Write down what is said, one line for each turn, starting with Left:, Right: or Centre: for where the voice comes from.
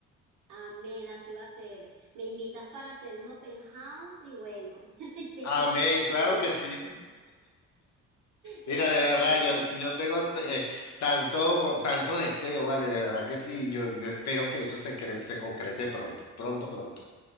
Right: Amén, así va a ser. Me invitas para hacer un open house y bueno, <laughs> y, te-
Left: Amén,
Right: y-
Left: claro que sí.
Right: <laughs> y
Left: Mira,
Right: ahí
Left: de
Right: resolvemos.
Left: verdad, yo, yo tengo eh, tanto, co- tanto deseo, vale, de verdad que sí. Yo, yo espero que eso se, cre- se concrete pronto, pronto, pronto.